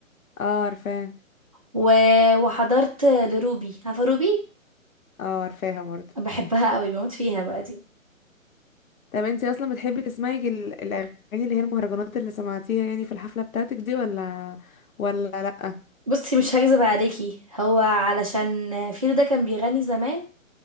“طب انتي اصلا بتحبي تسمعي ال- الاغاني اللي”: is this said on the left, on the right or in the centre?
Left